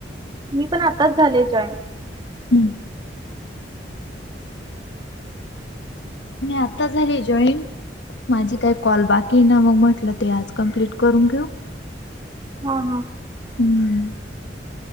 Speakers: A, on the right; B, on the left.
A: ''मी पण आताच झाले जॉईन
B: हम्म, ''मी आता झाली जॉईन. माझी काही कॉल बाकी ना मग म्हटलं ते आज कंम्प्लीट करून घेऊ.
A: हा हा,
B: हम्,